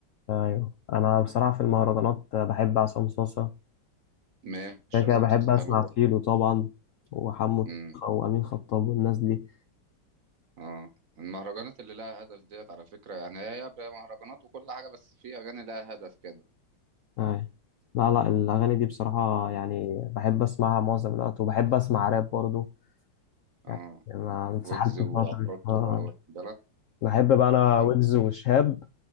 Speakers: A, on the left; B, on the right.
A: ايوه انا بصراحه في المهرجانات بحب عصام صاصا
B: ماشي
A: كده كده
B: عصام
A: بحب
B: صاصا
A: اسمع
B: حلو
A: فيلو
B: برضه
A: طبعا وحمو الطيخة
B: امم
A: وامين خطاب والناس دي
B: اه المهرجانات اللي لها هدف ديت على فكرة يعني هي بقى مهرجانات وكل حاجة بس في أغاني لها هدف كده
A: ايوه لا لا الاغاني دي بصراحه يعني بحب اسمعها معظم الوقت وبحب اسمع راب برضو يعني
B: اه
A: انا اتسحلت
B: ويجز وعفروتو
A: فتره آه.
B: بقى واخد بالك
A: بحب بقى انا
B: مم.
A: ويجز وشهاب